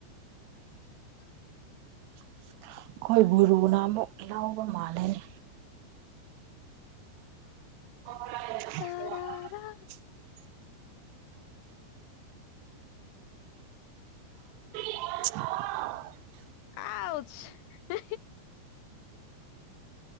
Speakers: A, on the left (about 75°); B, on the right (about 80°).
A: <unintelligible>
B: ꯑꯩꯈꯣꯏ ꯒꯨꯔꯨꯅ ꯑꯃꯨꯛ ꯏꯅꯥꯎꯕ ꯃꯥꯜꯂꯦꯅꯤ ꯍ
A: ꯇꯔꯥꯔꯥ
B: <unintelligible> <unintelligible>
A: ꯑꯥꯎꯖ ꯎꯝ